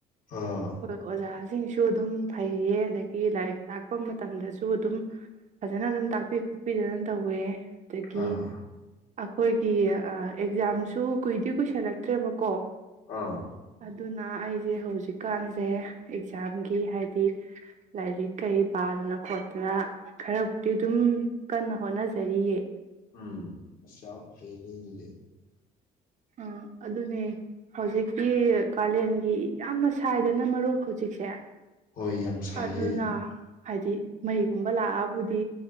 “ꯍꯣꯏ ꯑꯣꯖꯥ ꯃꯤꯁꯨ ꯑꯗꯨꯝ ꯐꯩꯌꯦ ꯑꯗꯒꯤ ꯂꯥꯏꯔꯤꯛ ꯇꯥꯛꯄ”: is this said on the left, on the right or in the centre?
Right